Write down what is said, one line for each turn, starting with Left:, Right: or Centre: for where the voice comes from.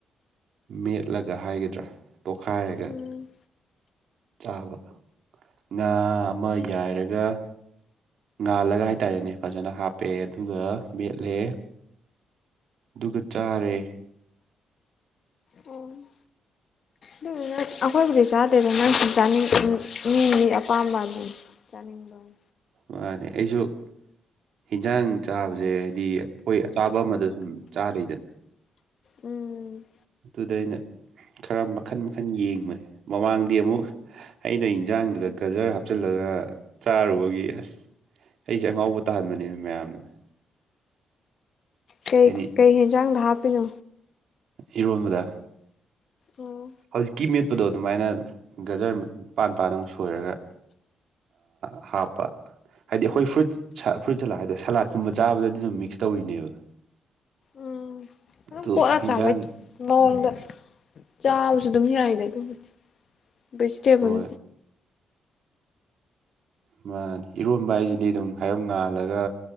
Right: ꯃꯦꯠꯂꯒ ꯍꯥꯏꯒꯗ꯭ꯔꯥ ꯇꯣꯈꯥꯏꯔꯒ
Left: ꯎꯝ
Right: ꯆꯥꯕ ꯉꯥ ꯑꯃ ꯌꯥꯏꯔꯒ ꯉꯥꯜꯂꯒ ꯍꯥꯏꯇꯥꯔꯦꯅꯦ ꯐꯖꯅ ꯍꯥꯞꯄꯦ ꯑꯗꯨꯒ ꯃꯦꯠꯂꯦ ꯑꯗꯨꯒ ꯆꯥꯔꯦ
Left: ꯑꯝ ꯗꯨꯗꯨꯅ ꯑꯩꯈꯣꯏꯁꯤꯗ ꯆꯥꯗꯦꯗ ꯅ ꯆꯥꯅꯤꯡ ꯃꯤ ꯃꯤꯒꯤ ꯑꯄꯥꯝꯕ ꯑꯗꯨꯅꯤ ꯆꯅꯤꯡꯕꯔꯥ
Right: ꯃꯥꯟꯅꯦ ꯑꯩꯁꯨ ꯍꯤꯟꯖꯥꯡ ꯆꯥꯕꯁꯦ ꯍꯥꯏꯗꯤ ꯑꯩꯈꯣꯏ ꯑꯆꯥꯕ ꯑꯃꯗ ꯁꯨꯝ ꯆꯥꯔꯤꯅ
Left: ꯎꯝ
Right: ꯑꯗꯨꯗ ꯑꯩꯅ ꯈꯔ ꯃꯈꯟ ꯃꯈꯟ ꯌꯦꯡꯕꯅꯦ ꯃꯃꯥꯡꯗꯤ ꯑꯃꯨꯛ ꯑꯩꯅ ꯏꯟꯖꯥꯡꯗꯨꯗ ꯒꯖꯔ ꯍꯥꯞꯆꯤꯜꯂꯒ ꯆꯥꯔꯨꯕꯒꯤ ꯑꯁ ꯑꯩꯁꯦ ꯑꯉꯥꯎꯕ ꯇꯥꯍꯟꯕꯅꯦ ꯃꯌꯥꯝꯅ
Left: ꯀꯩ
Right: ꯍꯥꯏꯗꯤ
Left: ꯀꯩ ꯌꯦꯦꯟꯖꯥꯡꯗ ꯍꯥꯞꯄꯤꯅꯣ
Right: ꯏꯔꯣꯟꯕꯗ
Left: ꯑꯣꯣ
Right: ꯍꯧꯖꯤꯛꯀꯤ ꯃꯦꯠꯄꯗꯣ ꯑꯗꯨꯃꯥꯏꯅ ꯒꯖꯔꯄꯥꯟ ꯄꯥꯟ ꯑꯃꯨꯛ ꯁꯣꯏꯔꯒ ꯍꯥꯞꯄꯠ ꯍꯥꯏꯗꯤ ꯑꯩꯈꯣꯏ ꯐ꯭ꯔꯨꯏꯠ ꯐꯨꯠ ꯆꯂꯥ ꯍꯥꯏꯗ ꯁꯂꯥꯠꯀꯨꯝꯕ ꯆꯥꯕꯗꯗꯤ ꯑꯗꯨꯝ ꯃꯤꯛꯁ ꯇꯧꯔꯤꯅꯦꯕ <unintelligible>
Left: ꯎꯝ ꯑꯗꯨꯝ ꯀꯣꯠꯂ
Right: ꯏꯟꯖꯥꯡ
Left: ꯆꯥꯕꯩ ꯃꯑꯣꯡꯗ ꯆꯥꯕꯁꯨ ꯑꯗꯨꯝ ꯌꯥꯏꯗ ꯑꯗꯨꯕꯨꯗꯤ ꯕꯦꯖꯤꯇꯦꯕꯜ
Right: ꯍꯣꯏ ꯃꯥ ꯏꯔꯣꯟꯕ ꯍꯥꯏꯁꯤꯗꯤ ꯑꯗꯨꯝ ꯍꯥꯏꯔꯞ ꯉꯥꯜꯂꯒ